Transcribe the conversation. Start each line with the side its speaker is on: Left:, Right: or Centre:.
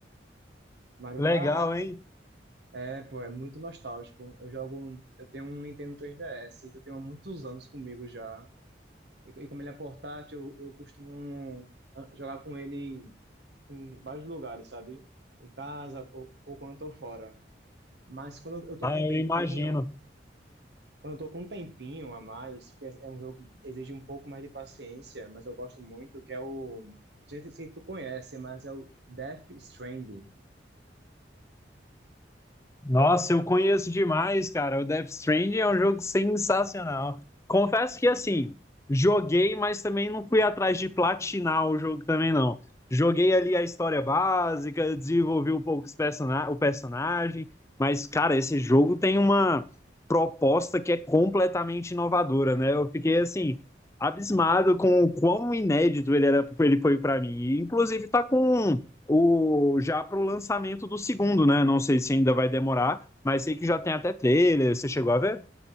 Right: Mario
Left: Legal,
Right: Kart,
Left: hein?
Right: é, pô, é muito nostálgico. Eu jogo, um- eu tenho um Nintendo 3DS que eu tenho há muitos anos comigo já. E, co- e como ele é portátil, eu, eu costumo ah, jogar com ele em vários lugares, sabe? Em casa ou, ou quando eu tô fora. Mas quando eu eu tô
Left: Ah,
Right: com
Left: eu
Right: um tempinho,
Left: imagino.
Right: Quando eu tô com um tempinho a mais, porque é é um jogo que exige um pouco mais de paciência, mas eu gosto muito, que é o... Não sei se tu conhece, mas é o Death Stranding.
Left: Nossa, eu conheço demais, cara. O Death Stranding é um jogo sensacional. Confesso que, assim, joguei, mas também não fui atrás de platinar o jogo também, não. Joguei ali a história básica, desenvolvi um pouco os persona- o personagem, mas, cara, esse jogo tem uma proposta que é completamente inovadora, né? Eu fiquei, assim, abismado com o quão inédito ele era, ele foi pra mim. E, Inclusive, tá com um o, já para o lançamento do segundo, né? Não sei se ainda vai demorar, mas sei que já tem até trailer. Você chegou a ver?